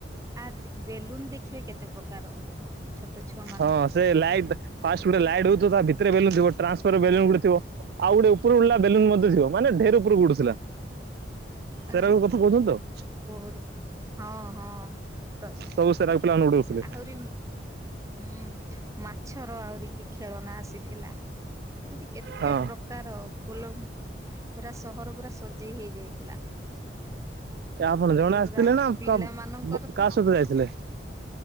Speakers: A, on the right; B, on the right.
A: ଆଦ୍ ବେଲୁନ୍ ଦେଖିବେ କେତେ ପ୍ରକାର ଛୋଟ ଛୁଆ ମା
B: ହଁ ସେ ଲାଇଟ୍ ଫାଷ୍ଟ ଗୋଟେ ଲାଇଟ୍ ହଉଥିବ ତା ଭିତରେ ବେଲୁନ୍ ଥିବ ଟ୍ରାନ୍ସପର ବେଲୁ ଗୋଟେ ଥିବ ଆଉ ଗୋଟେ ଉପର ଉଡିଲା ବେଲୁନ ମଧ୍ୟ ଥିବ ମାନେ ଢେର ଉପରକୁ ଉଡୁଥିଲା ସେ
A: ଆ
B: ରାକ କଥା କହୁଛନ୍ତି ତ
A: ବହୁତ ହଁ ହଁ ତ
B: ସବୁ ସେରାକ ପିଲାମାନେ ଉଡଉଥିଲେ
A: ଆହୁରି ହୁଁ ମାଛର ଆହୁରି କି ଖେଳନା ଆସିଥିଲା ଏମିତି କେତେ
B: ହଁ।
A: ପ୍ରକ୍ ପ୍ରକାର ଫୁଲ ପୁରା ସହର ପୁରା ସଜେଇ ହେଇଯାଇଥିଲା
B: ଏ ଆପଣ
A: ପୁରା
B: ଜଣେ ଆସିଥିଲେ ନା
A: ପିଲା
B: କା
A: ମାନଙ୍କର
B: କାହା
A: ତ
B: ଯାଇଥିଲେ।